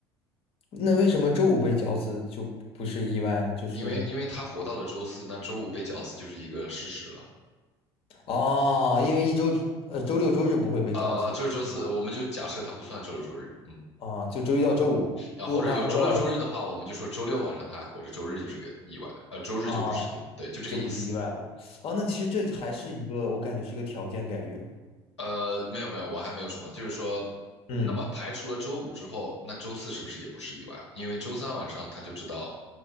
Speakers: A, on the left (about 40°); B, on the left (about 85°).
A: 那为什么周五被绞死就不不是意外呢？就是
B: 因为因为他活到了周四，那周五被绞死就是一个事实了。
A: 哦，因为一周呃周六周日不会被绞死，
B: 啊，这是周四，
A: 对吧？
B: 呃我们就假设他不算周六周日，嗯，
A: 啊，就周一到周五，
B: 啊，
A: 如果他活到了
B: 或者有周六周日的话，我们就说周六晚上他还活着，周日就是个意外，呃，周日就不是意外，
A: 啊。
B: 对，就这个意思。
A: 就不是意外了。哦，那其实这还是一个，我感觉是一个条件概率啊。
B: 呃，没有没有，我还没有说完，就是说，
A: 嗯，
B: 那么排除了周五之后，那周四是不是也不是意外了？因为周三晚上他就知道